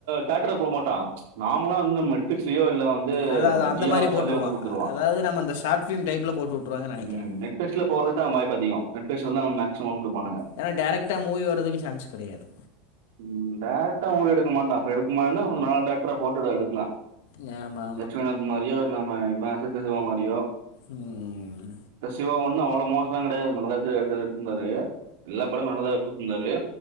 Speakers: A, on the right; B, on the left.
A: தேட்டர்ல போட மாட்டா நாமலா வந்து நம்ம நெட்பிளிக்ஸ்லியோ இல்ல வந்து
B: அதாவது அந்த
A: ஜியோ
B: மாதிரி
A: ஹாட்ஸ்டார்லயு
B: போட்டுருவான்
A: வந்து குடுத்துருவான்
B: அதாவது நம்ம அந்த ஷார்ட் ஃபிலிம் டைப்பில் போட்டு விட்ருவாங்கன்னு நினைக்கிறேன்
A: ம் நெட்பிளிக்ஸ்ல போறதுக்குதா வாய்ப்பு அதிகோ நெட்பிளிக்ஸ்ன்னா மேக்சிம்மம் குடுப்பானுங்க
B: ஏன்னா டைரக்டா மூவி வரதுக்கு சான்ஸ் கெடையாது
A: ம் டைரக்டா ஒன்னும் எடுக்க மாட்டான் அப்டி எடுக்குமான்னா கொஞ்ச நாள் டைரக்டரா போட்டு எடுக்கலாம்
B: நேமா
A: லட்சுணக் மாரியோ இல்ல நம்ம இவன் சிருத்தசிவ மாரியோ
B: ம்
A: இந்த சிவா ஒன்னும் அவ்ளோ மோசலா கிடையாது நல்லதா தான் எடுத்து எடுத்து இருந்தாரு எல்லா படமும் நல்லதா குடுத்து இருந்தாரு